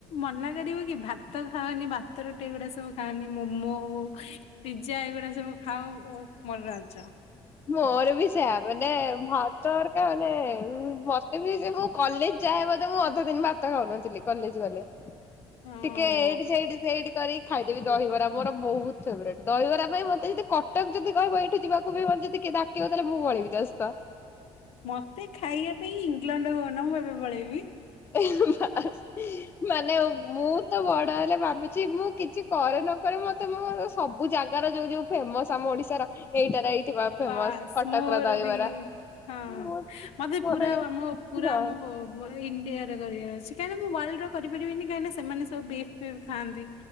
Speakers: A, on the left; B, on the left.
A: ମନା କରିବ କି ଭାତ ଖାଅନି ଭାତ ରୁଟି ଏଗୁଡା ସବୁ ଖାଅନି ମୋମୋ ପିଜା ଏଇଗୁଡା ସବୁ ଖାଅ ଓ ମୋର ରାଜ
B: ମୋର ବି ସେୟା ମାନେ ଭା ତଡ଼କା ମାନେ ମତେ ବି ଯେ ମୁଁ କଲେଜ ଯାଏ ବୋଧେ ମୁଁ ଅଧ ଦିନ ଭା ଭାତ ଖାଉନଥିଲି କଲେଜ୍ ଗଲେ
A: ହଁ।
B: ଟିକେ ଏଇଠି ସେଠି ସେଇଠି କରି ଖାଇଦେବି ଦହିବରା ମୋର ବହୁତ ଫେବରଟ୍ ଦହିବରା ପାଇଁ ମତେ ଯଦି କଟକ ଯଦି କହିବ ଏଇଠି ଯିବାକୁ ବି ମେ ଯଦି କିଏ ଡାକିବ ତାହାଲେ ମୁଁ ପଳେଇବି ତା ସହିତ।
A: ମତେ ଖାଇବା ପାଇଁ ଇଂଲଣ୍ଡ କହୁନ ମୁଁ ଏବେ ପଳେଇବି।
B: <unintelligible> ମାନେ ମୁଁ ତ ବଡ ହେଲେ ଭାବୁଛି ମୁଁ କିଛି କରେ ନ କରେ ମତେ ମୋର ସବୁ ଜାଗାର ଯୋଉ ଯୋଉ ଫେମସ୍ ଆମ ଓଡିଶା ର ଏଇଟାରେ ଏଇଥିବା ଫେମସ୍
A: ବାସ୍
B: କଟକର
A: ମୋର
B: ଦହିବରା।
A: ବି ହଁ
B: ମୁଁ
A: ମତେ
B: ମୋର
A: ପୁରା ଆମ ପୁରା
B: ହଁ
A: ଆମ ମୋର ଇଣ୍ଡିଆରେ କରିବା ଅଛି କାହିଁକି ନା ମୁଁ ୱାଲ୍ଡ ର କରିପାରିବିନି କାହିଁକିନା ସେମାନେ ସବୁ ବିଫ ଫିପ ଖାଆନ୍ତି।